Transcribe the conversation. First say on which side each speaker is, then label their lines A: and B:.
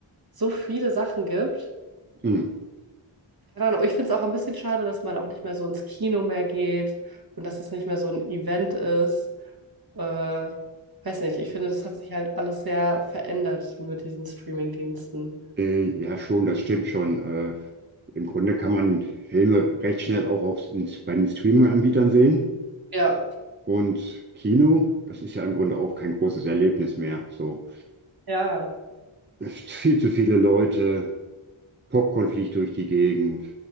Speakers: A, on the right; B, on the right.
A: so viele Sachen gibt.
B: Hm.
A: Keine Ahnung, ich finde es auch ein bisschen schade, dass man auch nicht mehr so ins Kino mehr geht und dass es nicht mehr so ein Event ist. Äh, weiß nicht, ich finde, das hat sich halt alles sehr verändert mit diesen Streaming-Diensten.
B: Äh, ja, schon, das stimmt schon. Äh, im Grunde kann man Filme recht schnell auch auf, bei den Streaming-Anbietern sehen.
A: Ja,
B: Und Kino, das ist ja im Grunde auch kein großes Erlebnis mehr. So,
A: ja,
B: es ist viel zu viele Leute, Popcorn fliegt durch die Gegend,